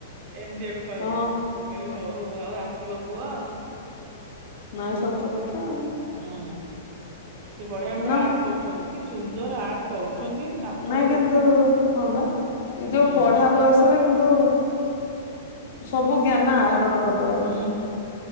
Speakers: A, on the right; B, on the left.
A: ଏମିତି ଆଡୁ କହିଲା
B: ହଁ
A: ମୁଁ କହିଲି ହଉ ଆଉ ଆସିବ ପୁଅ ଆଉ
B: ନାଁ ସତ କଥା ଆଉ
A: ହୁଁ ସେ ବଢିଆ ବଢିଆ
B: ନା
A: ଆର୍ଟ କରୁଛନ୍ତି କିସୁନ୍ଦର ଆର୍ଟ କରୁଛନ୍ତି। କାନ୍ଥରେ
B: ନାଇଁ କିନ୍ତୁ
A: ଦେଖିବ
B: ହଁବା ଏ ଯୋଉ
A: ହୁଁ
B: ପଢା ବୟସ ଏଥିରେ କିନ୍ତୁ ସବୁ ଜ୍ଞାନ ଆହରଣ କରିଦବା କଥା।
A: ହୁଁ ହୁଁ